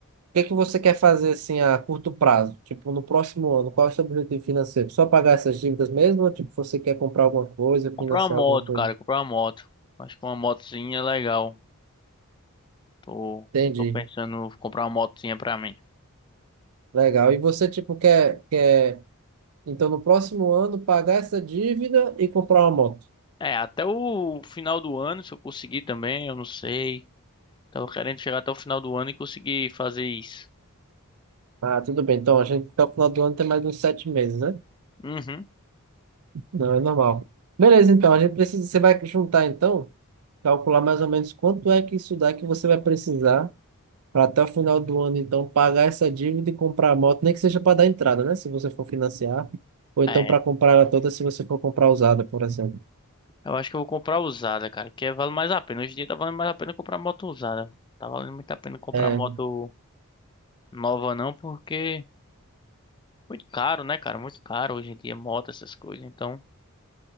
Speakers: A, on the right; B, on the left.
A: O que é que você quer fazer assim a curto prazo? Tipo, no próximo ano, qual é o seu objetivo financeiro? Só pagar essas dívidas mesmo ou tipo você quer comprar alguma coisa, financiar
B: Comprar uma moto,
A: alguma coisa?
B: cara, comprar uma moto. Acho que uma motozinha é legal. Tô,
A: Entendi.
B: tô pensando em comprar uma motinha pra mim.
A: Legal. E você tipo quer quer então no próximo ano pagar essa dívida e comprar uma moto?
B: É, até o final do ano, se eu conseguir também, eu não sei. Tava querendo chegar até o final do ano e conseguir fazer isso.
A: Ah, tudo bem. Então a gente até o final do ano tem mais uns sete meses, né?
B: Uhum.
A: Não, é normal. Beleza, então a gente precisa, você vai juntar então calcular mais ou menos quanto é que isso dá que você vai precisar para até o final do ano, então, pagar essa dívida e comprar a moto, nem que seja para dar entrada, né? Se você for financiar, ou então
B: É,
A: para comprar ela toda, se você for comprar usada, por exemplo.
B: eu acho que eu vou comprar usada, cara, que vale mais a pena. Hoje em dia tá valendo mais a pena comprar moto usada. Tá valendo muito a pena comprar
A: É,
B: moto nova não, porque muito caro, né, cara? Muito caro hoje em dia moto, essas coisas. Então,